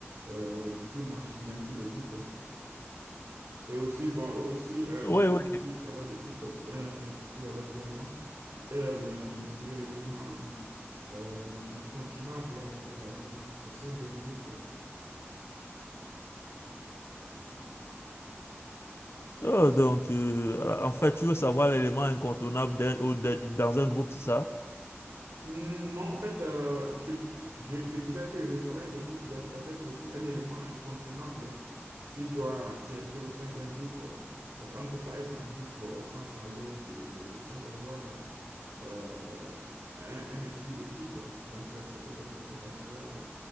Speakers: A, on the right; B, on the left.
A: euh, tout marche bien pour le groupe. Et aussi, bon, eux aussi, euh,
B: oui,
A: je dirais
B: oui.
A: qu'il travail d'équipe euh, qui est, que j'avais dit avant, qui est, le- je dirais, l'élément euh, incontournable euh, au sein d'un groupe.
B: Oh, donc, euh, voilà. en fait, tu veux savoir l'élément incontournable d'un- ou d'un- dans un groupe, c'est ça?
A: Non, en fait, euh, je, je- je disais que le travail d'équipe doit, doit être aussi un élément incontournable qui doit siéger au sein d'un groupe. Parce qu'on ne peut pas être en groupe euh, sans parler du, sans avoir euh, euh, un, un esprit d'équipe. Donc, euh, c'est très important d'avoir euh,